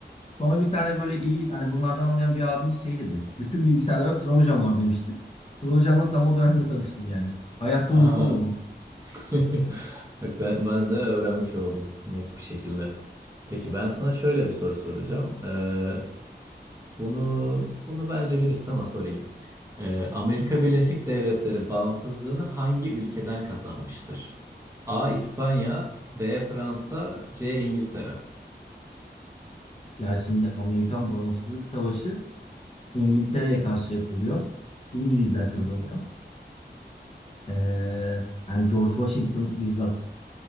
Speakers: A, on the left; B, on the right.
A: Sonra bir tane böyle iyi hani bunlardan anlayan bir abimiz şey dedi. Bütün bilgisayarlara Trojan var demişti. Trojan'la tam o dönemde tanıştım yani. Hayatta
B: Aha.
A: unutmam onu.
B: <laughs> Bak ben, ben de öğrenmiş oldum net bir şekilde. Peki ben sana şöyle bir soru soracağım. E, Bunu bunu bence bilirsin ama sorayım. Ee, Amerika Birleşik Devletleri bağımsızlığını hangi ülkeden kazanmıştır? A. İspanya, B. Fransa, C. İngiltere.
A: Ya şimdi Amerikan Bağımsızlık Savaşı İngiltere'ye karşı yapılıyor. İngilizler
B: Hı hı.
A: kazanıyor. Ee, yani George Washington bizzat.